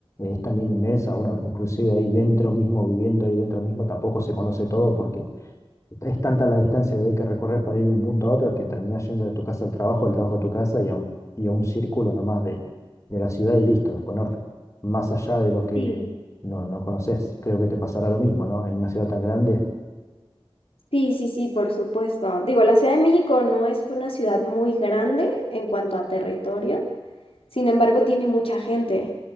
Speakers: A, on the left (about 30°); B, on the left (about 75°).
A: es también inmensa. Uno, inclusive ahí dentro mismo, viviendo ahí dentro mismo, tampoco se conoce todo porque es tanta la distancia que hay que recorrer para ir de un punto a otro que terminás yendo de tu casa al trabajo, del trabajo a tu casa y a un, y a un círculo nomás de, de la ciudad y listo. Después no- más allá de lo que
B: sí.
A: no, no conoces. Creo que te pasará lo mismo, ¿no? En una ciudad tan grande
B: sí, sí, sí, por supuesto. Digo, la Ciudad de México no es una ciudad muy grande en cuanto a territorio, sin embargo, tiene mucha gente,